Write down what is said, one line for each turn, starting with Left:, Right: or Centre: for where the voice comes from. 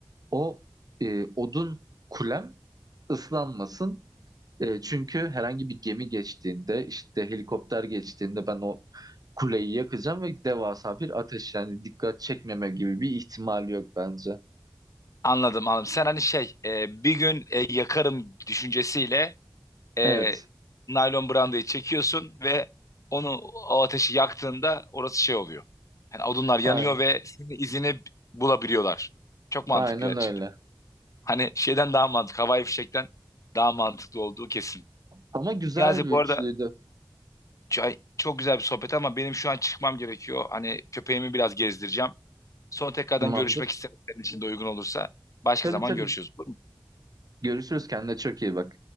Right: o e, odun kulem ıslanmasın. E, çünkü herhangi bir gemi geçtiğinde işte helikopter geçtiğinde ben o kuleyi yakacağım ve devasa bir ateş yani dikkat çekmeme gibi bir ihtimal yok bence.
Left: Anladım anladım. Sen hani şey e, bir gün e, yakarım düşüncesiyle e,
Right: Evet,
Left: naylon brandayı çekiyorsun ve onu o ateşi yaktığında orası şey oluyor. Yani odunlar yanıyor
Right: aynen,
Left: ve senin izini bulabiliyorlar. Çok mantıklı
Right: aynen
Left: gerçekten.
Right: öyle.
Left: Hani şeyden daha mantıklı, havai fişekten daha mantıklı olduğu kesin.
Right: Ama güzel
Left: Niyazi
Right: bir
Left: bu
Right: üçlüydü.
Left: arada ç- çok güzel bir sohbet ama benim şu an çıkmam gerekiyor. Hani köpeğimi biraz gezdireceğim. Sonra tekrardan
Right: Tamamdır.
Left: görüşmek isterim senin için de uygun olursa. Başka
Right: Tabii
Left: zaman
Right: tabii.
Left: görüşürüz. Olur mu?
Right: Görüşürüz. Kendine çok iyi bak.